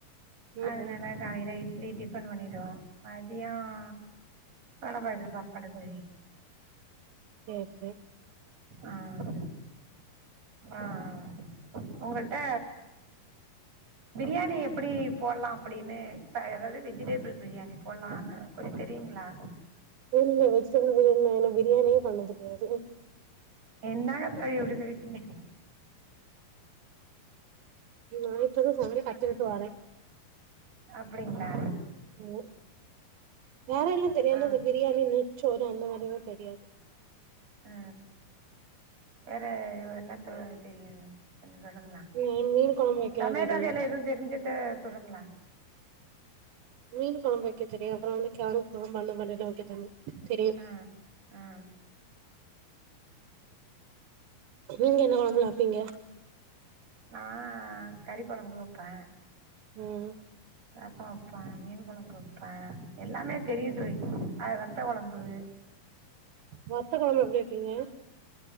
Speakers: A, on the right; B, on the right.
A: ம்
B: அதுனால்ல
A: ம்
B: காலேல இ இட்லி டிஃபன் பண்ணிடுவோம் மதியோம் வட பாயசம் சாப்பாடு தோழி
A: சேர் சேர்
B: ஆஹ ஆஹ உங்கள்ட பிரியாணி எப்படி போடலாம் அப்படின்னு ஏதாவது வெஜிடேபிள் பிரியாணி போடலான்னு கொஞ்சம் தெரியுங்ளா
A: இல்ல வெஜிடபிள் பிரியாணி ஏன்ன பிரியாணியே பண்ண யாது
B: என்னங்க தோழி இப்படி சொல்லிடீங்க
A: நா இப்ப தான் சமயல் கத்துகிட்டு வறேன்
B: அப்டிங்களா
A: உஹ வேற எல்லாம் தெரியாது
B: அப்புறம்
A: பிரியாணி நிச்சோ அந்த மாரிலா தெரியாது
B: ஹ வேற என்ன த தெரியும் சொல்லுங்கலே
A: ம் மீன் கொழம்பு வைக்க
B: தமிழ்
A: தெரியு
B: வகையில எதுவும் தெரிஞ்சுட்டு சொல்லுங்கலே
A: மீன் கொழம்பு வைக்க தெரியும் அப்புறம் வந்து கேரட் கொழம்பு அந்த மாரி லா வைக்க தெரியும்
B: ம் ம்
A: நீங்க என்ன குழம்புலா வப்பீங்க
B: நா கறி கொழம்பு வப்பே
A: ஹம்
B: ரசம் வப்பேன் மீன் கொழம்பு வப் வப்ப எல்லாமே தெரியும் தோழி ஆ வத்த குழம்பு
A: வத்த கொழம்பு எப்டி வப்பீங்க